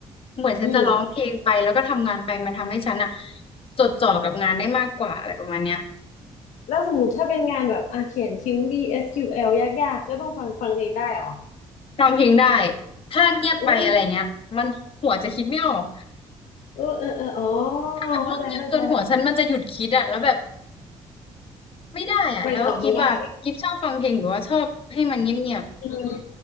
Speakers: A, on the left (about 50°); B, on the left (about 75°).
A: เหมือนฉันจะร้องเพลงไปแล้วก็ทำงานไปมันทำให้ฉันอะ
B: อืม
A: จดจ่อกับงานได้มากกว่าอะไรประมาณเนี้ย
B: แล้วสมมติถ้าเป็นงานแบบอ่ะเขียนคิวรี SQL ยากๆก็ต้องฟังฟังเองได้เหรอ
A: ร้องเพลงได้ถ้าเงียบไปอะไรเงี้ยมันหัวจะคิดไม่ออก
B: อุ้ยเออเออเอออ๋อ
A: แบบห้องเงียบเกินหัวฉันมันจะหยุดคิดอะแล้วแบบ
B: เข้าใจเข้าใจ
A: ไม่ได้อะแล้วกิฟอะกิฟชอบฟังเพลงหรือว่าชอบให้มันเงียบเงียบ
B: ไปต่อไม่ได้อืม